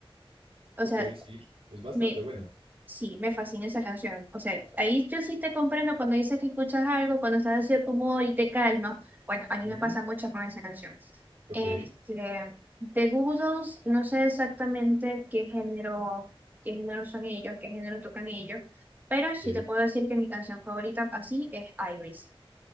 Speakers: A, on the right; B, on the right.
A: O
B: ok,
A: sea,
B: sí, es bastante
A: me,
B: buena.
A: Sí, me fascina esa canción. O sea, ahí yo sí te comprendo cuando dices que escuchas algo, cuando estás así de cierto humor y te calma. Bueno, a mí
B: Ujú,
A: me pasa mucho con esa canción.
B: Ok,
A: Este, de Goo Goo Dolls, no sé exactamente qué género, qué género son ellos, qué género tocan ellos, pero
B: sí,
A: sí te puedo decir que mi canción favorita así es Iris.